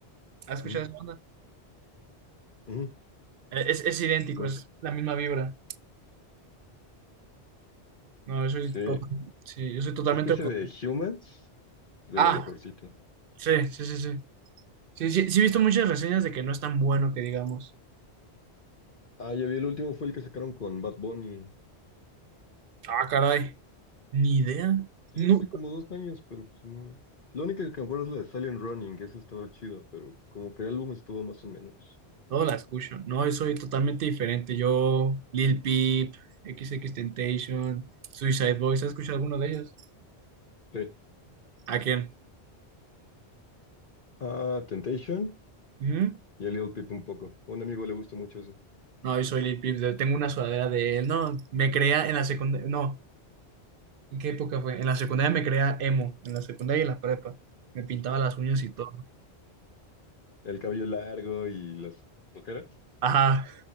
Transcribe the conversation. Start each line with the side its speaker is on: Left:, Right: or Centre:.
Right: ¿Has escuchado
Left: Mm,
Right: esa banda?
Left: mm,
Right: Eh, Es, es idéntico,
Left: mm.
Right: es la misma vibra. No, yo soy,
Left: Sí,
Right: to- sí, yo soy totalmente...
Left: es que ese
Right: al contrario.
Left: de Humans, de
Right: Ah,
Left: lo mejorcito.
Right: sí, sí, sí, sí. Sí, sí, sí he visto muchas reseñas de que no es tan bueno que digamos.
Left: Ah, ya vi, el último fue el que sacaron con Bad Bunny.
Right: Ah, caray, ni idea.
Left: Sí,
Right: No,
Left: hace como dos años, pero pues no. La única que me acuerdo es la de Silent Running, que esa estaba chida, pero como que el álbum estuvo más o menos.
Right: no la escucho. No, yo soy totalmente diferente. Yo, Lil Peep, XXXTentacion, Suicide Boys, ¿has escuchado alguno de ellos?
Left: Sí.
Right: ¿A quién?
Left: Ah, Temptation
Right: Ujú.
Left: y a Little Peep un poco. A un amigo le gustó mucho eso.
Right: No, yo soy Lil Peep, de- tengo una sudadera de él. No, me crea en la secundaria. No, ¿En qué época fue? En la secundaria me creía emo, en la secundaria y en la prepa. Me pintaba las uñas y todo.
Left: El cabello largo y las ojeras.
Right: Ajá,